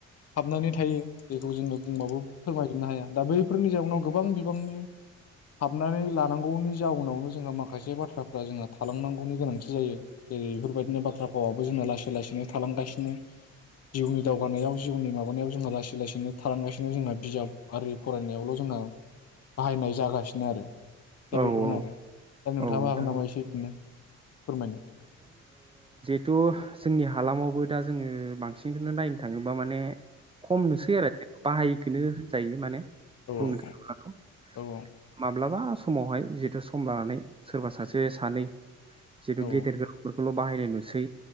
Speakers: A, on the left (about 55°); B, on the right (about 20°).
A: हाबनानै थायो। बेखौ जोंङो बुंबाबो फोरमायजोबनो हाया। दा बैफोरनि जाउनाव गोबां बिबांनि हाबनानै लानांगौनि जाउनावनो जोंहा माखासे बाथ्राफ्रा जोंहा थालांनांगौनि गोनांथि जायो। जेरै बेफोरबायदिनो बाथ आबो जोंना लासै लासैनो थालांगासिनो। जिउनि दावगानायाव जिउनि माबानायाव जोंहा लासै लासैनो थालांगासिनो जोंहा बिजाब आरि फरायनायावल' जोंहा बाहायनाय जागासिनो आरो। दा
B: औ
A: बेफोरनो
B: औ
A: आरो। दा नोंथाङाबो
B: औ नोंथां
A: हागोन नामा
B: औ
A: एसे बिदिनो फोरमायनो?
B: थ' जोंनि हालामावबो दा जोङो बांसिनखौनो नायनो थाङोब्ला माने खमनोसै आरो बाहायैखोनो होनजायो माने
A: औ
B: बुंनो
A: औ
B: थाङोब्लाथ'
A: औ औ
B: माब्लाबा समावहाय जिहेतु सम लानानै सोरबा सासे सानै जिथु
A: औ
B: गेदेर गोलावफोर खौल' बाहायनाय नुसै